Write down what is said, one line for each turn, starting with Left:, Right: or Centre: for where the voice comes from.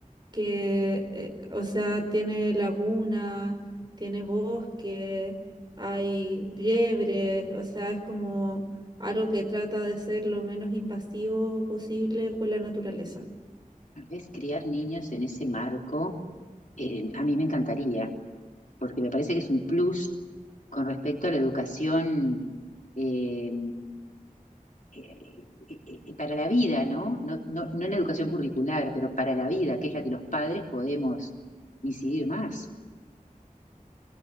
Right: que, eh, o sea, tiene laguna, tiene bosque, hay liebres, o sea, es como algo que trata de ser lo menos invasivo posible con la naturaleza.
Left: tal vez criar niños en ese marco, eh, a mí me encantaría, porque me parece que es un plus con respecto a la educación eh, eh, eh, eh, para la vida, ¿no? No, no, no en la educación curricular, pero para la vida, que es la que los padres podemos incidir más.